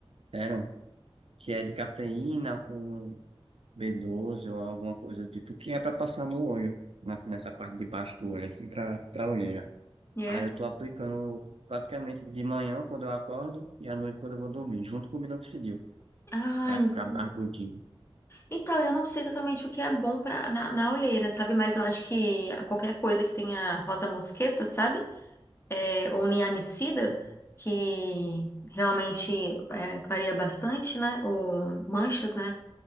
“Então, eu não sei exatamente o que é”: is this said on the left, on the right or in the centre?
Left